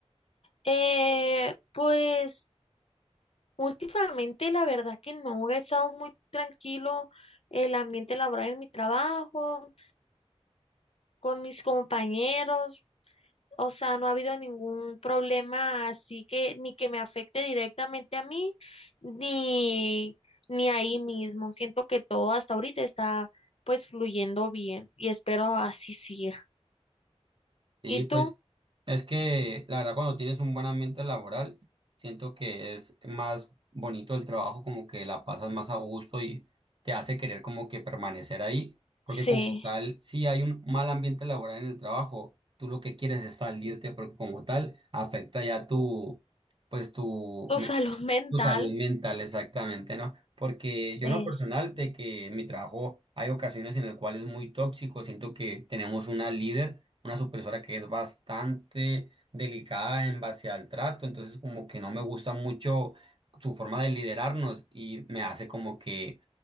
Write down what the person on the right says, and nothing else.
Sí,
pues es que la verdad cuando tienes un buen ambiente laboral, siento que es más bonito el trabajo, como que la pasas más a gusto y te hace querer como que permanecer ahí, porque
como tal, si hay un mal ambiente laboral en el trabajo, tú lo que quieres es salirte, porque como tal afecta ya tu, pues tu,
tu salud mental, exactamente, ¿no? Porque yo
en lo personal, de que en mi trabajo hay ocasiones en las cuales es muy tóxico, siento que tenemos una líder, una supervisora que es bastante delicada en base al trato, entonces como que no me gusta mucho su forma de liderarnos y me hace como que